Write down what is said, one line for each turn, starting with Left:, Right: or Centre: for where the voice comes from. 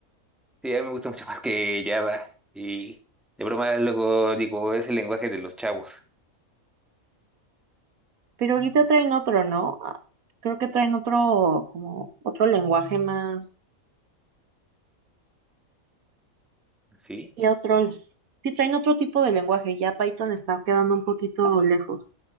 Centre: Sí, a mí me gusta mucho más que Java. Y de broma luego digo, es el lenguaje de los chavos.
Right: Pero ahorita traen otro, ¿no? Ah, Creo que traen otro, como otro lenguaje más
Centre: Sí,
Right: y otro, sí traen otro tipo de lenguaje. Ya Python está quedando un poquito lejos.